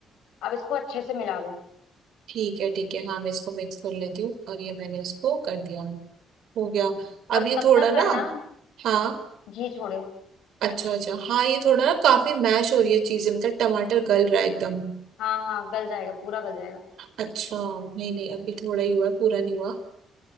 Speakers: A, on the left; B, on the right.
A: अब इसको अच्छे से मिला लो
B: ठीक है ठीक है हाँ मैं इसको मिक्स कर लेती हूँ और ये मैंने इसको कर दिया हो गया
A: और
B: अब ये
A: तब
B: थोड़ा
A: तक
B: ना
A: करना
B: हाँ
A: घी छोड़े
B: अच्छा अच्छा हाँ ये थोड़ा ना काफी मैश हो रही है चीजें मतलब टमाटर गल रहा है एकदम
A: हाँ हाँ गल जाएगा पूरा गल जाएगा
B: अच्छा नहीं नहीं अभी थोड़ा ही हुआ है, पूरा नहीं हुआ